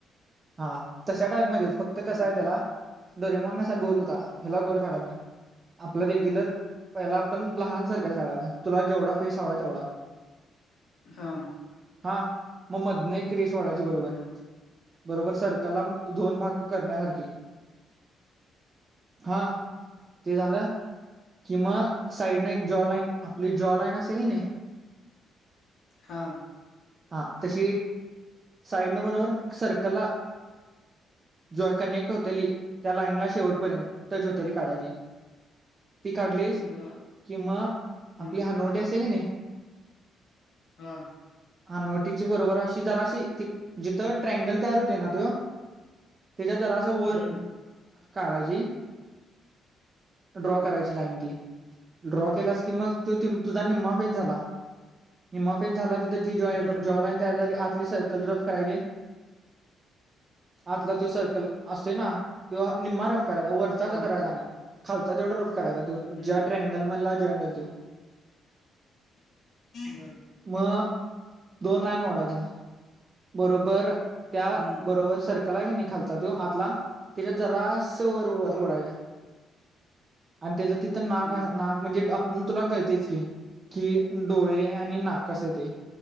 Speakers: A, on the right; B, on the left.
A: हा तशा टाईप मध्येच फक्त कसा
B: हम्म,
A: आहे त्याला डोरेमॉन कसा गोल होता ह्याला गोल आपल रेगुलर पाहिला आपण लाहान स काडायला तुला जेवडा फेस हवा तेवढा
B: हा
A: हा मग मधने एकरेश ओढयची बरोबर
B: हा
A: बरोबर सर्कलला दोन भाग करण्यासारखी हा ते झालं किंवा साईड ना एक जॉ लाईन आपली जॉ लाईन असे की ने
B: हा
A: हा तशी एक साईड न बरोबर सर्कला ज कनेक्ट होते त्या लाईन ला शेवटपर्यंत टच होते काढाची ती काढलीस
B: ब
A: कि मग
B: हम्म
A: आपली हानवटी असते की ने
B: हा
A: हनवटीची बरोबर अशी जराशी जिथं ट्रॅगल तयार होते ना तो त्यांच्या जरा असं वर
B: हम्म
A: काढायची ड्रॉ
B: हा
A: करायची लाईन ती ड्रॉ केलास की मग तो तुझा निमा फेस झाला निमा फेस झाला तिथं जी ज
B: हम्म हम्म
A: जॉलाईन तयार झाली आ कली सर्कल रफ करायचे आतला तो सर्कल असते ना त निम्मारफ करायचा वरचा
B: हा
A: का करायचा नाही खालचा तेवढा रूफ करायचा त
B: हम्म
A: ज्या ट्रॅंगल मधला जॉईंट हो तो
B: बर
A: मग दोन लाईन ओढायच्या बरोबर त्या
B: हम्म
A: बरोबर सर्कल क नाही खालचा तो आतला त्यांच्यात जरा स ओढ्याच्या
B: हा
A: आणि त्याच तिथं नाग
B: हा
A: नाग म्हणजे म्हणून तुला कळतेच की कि डोळे आणि नाक कसे ते